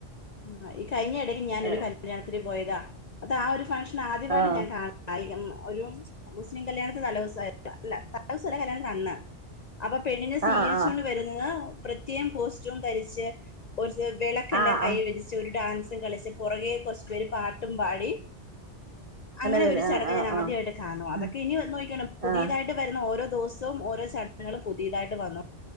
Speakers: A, on the left; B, on the right.
A: ആ ഈ കഴിഞ്ഞ ഇടയ്ക്ക് ഞാനൊരു
B: ആഹ്
A: കല്യാണത്തി പോയതാ അപ്പ ആ ഒരു ഫങ്ഷൻ ആദ്യമായിട്ട്
B: ആഹ്
A: ഞാൻ കാണ കായി ഒരു മുസ്ലിം കല്യാണ തലേസം അല്ല തലേസല്ലകല്യാണത്തന്ന് അപ്പൊ പെണ്ണിനെ സ്വീകരിച്ചൊണ്ട്
B: ആഹ് ആഹ്
A: വരുന്നത് പ്രത്യേകം കോസ്- റ്റ്യുധരിച്ച് ഒരു വെളക്കെല്ലാം-
B: ആഹ് ആഹ്
A: പിടിച്ച് ഒരു ഡാൻസും കളിച്ച് പുറകെ കുറച്ചു പേര് പാട്ടും പാടി അങ്ങനെ
B: വരും
A: ഒരു ചടങ്
B: ആഹ്
A: ഞാനാദ്യമായിട്ട്
B: ആഹ്
A: കാണുവാ അതൊക്കെ
B: ആഹ്
A: ഇനി നോക്കിക്കോണം പുതിയതായിട്ട്-
B: ആഹ്
A: വരുന്ന ഓരോ ദിവസവും ഓരോ ചടങ്ങുകളും പുതിയതായിട്ട് വന്നു-